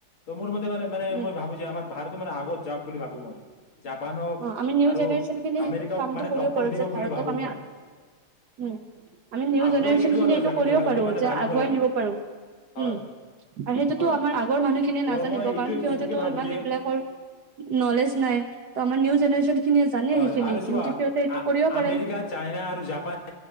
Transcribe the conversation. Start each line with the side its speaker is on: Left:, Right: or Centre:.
Left: ত মোৰ মতে ত মানে
Right: উম
Left: মই ভাবো যে আমাৰ ভাৰতো মানে আগত যাওক বুলি ভাবো মই জাপানক
Right: অ আমি নিউ
Left: আৰু
Right: জেনেৰে্যন খিনি
Left: আমেৰিকাক
Right: সেইখিন কামটো
Left: মানে
Right: কৰিব
Left: টক্কৰ
Right: পাৰো
Left: দিয়ক
Right: যে ভাৰতক
Left: বুলি ভাবো
Right: আমি
Left: মই
Right: উম আমি নিউ
Left: আগুৱাই
Right: জেনেৰে্যন
Left: কেনেকুৱা
Right: খিনি
Left: লৈ
Right: এইটো
Left: যাম
Right: কৰিব পাৰো
Left: মানে
Right: যে
Left: ভাবিব
Right: আগুৱাই
Left: লাগে
Right: নিব পাৰো
Left: হয়
Right: উম আৰু সেইটোতো
Left: হয়
Right: আমাৰ আগৰ মানুহখিনিয়ে
Left: ত'
Right: নাজানিব
Left: মই এইটো
Right: কাৰণ সিহঁতে
Left: এইটোকে ভাবো
Right: ইমান
Left: যে
Right: এইবিলাকৰ নলেজ নাই। ত আমাৰ নিউ জেনেৰেশ্যন খিনিয়ে জানে
Left: হয়
Right: সেইখিনি
Left: আৰু চোৱা
Right: কিন্তু সিহঁতে এইটো কৰিব পাৰে
Left: আমেৰিকা চাইনা আৰু জাপান